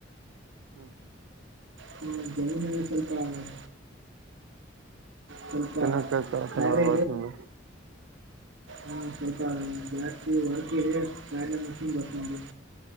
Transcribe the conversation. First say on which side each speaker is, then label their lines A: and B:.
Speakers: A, on the right; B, on the right.
A: ಹ್ಮ್
B: ಹ್ಮ ಜನ್ಗಳ್ ಸ್ವಲ್ಪ. ಸ್ವಲ್ಪ
A: ಕೆನ್ನ ಕೆಸ್ತ ತನ
B: ಕಾರ್ಯ
A: ವಸಂದು.
B: ಹ್ಮ ಸ್ವಲ್ಪ ಜಸ್ತಿ ವರ್ಕ್ ಇದೆ <unintelligible>